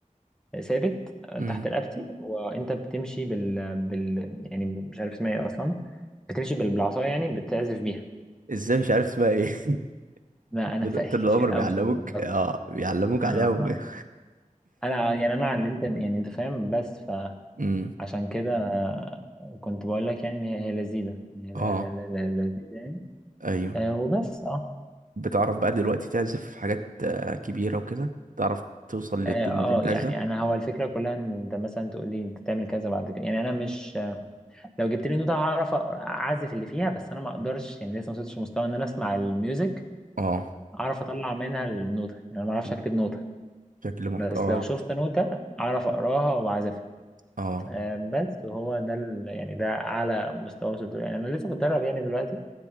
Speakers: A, in the centre; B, on the right (about 75°).
A: ثابت
B: امم
A: تحت رقبتي وانت بتمشي بال... بال... يعني مش عارف اسمها ايه اصلا بتمشي بال... بالعصايه يعني بتعزف بيها
B: ازاي مش عارف اسمها ايه <laughs>
A: لا انا
B: طول
A: فايق
B: طول
A: كتير
B: العمر
A: قوي
B: بيعلموك
A: يعني بط-
B: اه بيعلموك
A: آه
B: عليها
A: آه.
B: وب- <laughs>
A: انا يعني انا علمت يعني انت فاهم بس
B: امم
A: فعشان كده آه، كنت بقول لك يعني ان هي هي لذيذه يعني هي ل-
B: اه
A: ل- ل- لذيذه يعني
B: ايوه
A: آه وبس اه
B: بتعرف بقى دلوقتي تعزف حاجات آه، كبيرة وكده تعرف توصل للتون
A: اه
B: اللي انت
A: آه، يعني
B: عايزها
A: انا هو الفكره كلها ان انت مثلا تقول لي انت تعمل كذا بعد كده يعني انا مش لو جبت لي نوتة هعرف اعزف اللي فيها بس انا ما اقدرش يعني لسه ما وصلتش لمستوى ان انا اسمع الميوزك
B: اه
A: اعرف اطلع منها النوتة يعني انا ما اعرفش
B: مم.
A: اكتب نوتة
B: شكل محت
A: بس
B: اه
A: لو شفت نوتة اعرف اقراها واعزفها
B: اه
A: آه، بس هو ده ال... يعني ده اعلى مستوى وصلت له يعني انا لسه بتدرب يعني دلوقتي